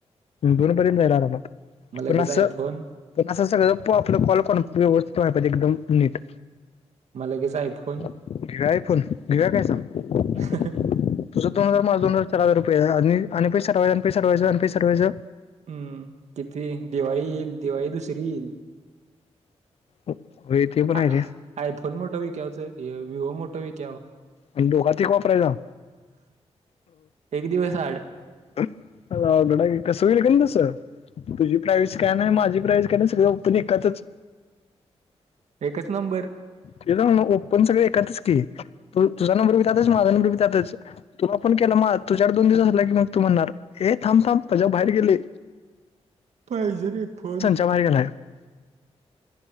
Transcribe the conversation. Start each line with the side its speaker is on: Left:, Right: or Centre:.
Left: दोन पर्यंत जाईल आरामात,
Right: मग लगेच
Left: पण असं
Right: आयफोन
Left: पण असं सगळे जण प-आपलं कॉल, कॉन <unintelligible> व्यवस्थित व्हाया पाहिजे, एकदम नीट.
Right: म लगेच, iPhone?
Left: Divya iPhone, Divya काय सांग.
Right: ह्हणं.
Left: तुझं दोन हजार, माझ दोन हजार, चार हजर रुपये आणि पै सातवयच आणि पैसे साठवायचं आणि प साठवायचं.
Right: हम्म, किती दिवाळी येईल, दिवाळी दुसरी येईल.
Left: व्हय, ते पण
Right: आ-
Left: हाय र.
Right: आयफोन मोठा विकायचं, विवो मोठं व? विक्याव?
Left: अन दोघात एक वापरायला?
Right: एक दिवस आड
Left: आ बडा, कसं होईल कसं? तुझी प्राईज काय नय, माझी प्राईज काय नय, सगळं एकातच
Right: एकच नंबर.
Left: तिला ज ना ओपन, सगळ एकातच की, तू तुझ्या नंबर बी त्यातच, माझा नंबर बी त्यातच. तुला फोन केला म आत, तुझ्यावर दोन दिवस झाला की, मग तू म्हणणार, हे थांब-थांब प्रजा बाहेर गेले.
Right: पाहिजे रे ये फोन.
Left: बा गलाय <unintelligible>